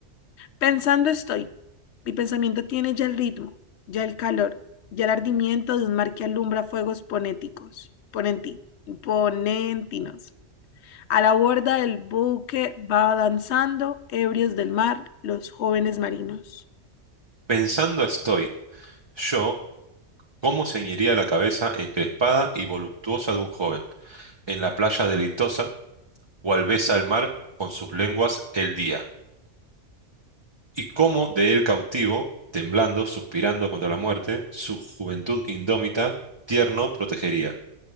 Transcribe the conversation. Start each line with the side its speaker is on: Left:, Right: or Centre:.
Left: Pensando estoy. Mi pensamiento tiene ya el ritmo, ya el calor, ya el ardimiento de un mar que alumbra fuegos ponéticos, ponenti, ponentinos. A la borda del buque va danzando, ebrios del mar, los jóvenes marinos.
Right: Pensando estoy, yo, cómo ceñiría la cabeza encrespada y voluptuosa de un joven, en la playa deleitosa, cual besa el mar con sus lenguas el día, y cómo de él cautivo, temblando, suspirando contra la muerte, su juventud indómita, tierno protegería